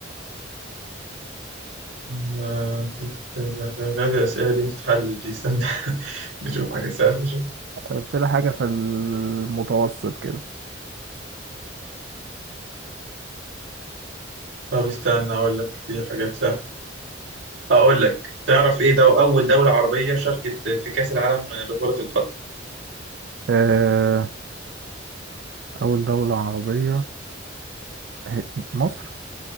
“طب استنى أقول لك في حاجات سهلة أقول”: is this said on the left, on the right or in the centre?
Right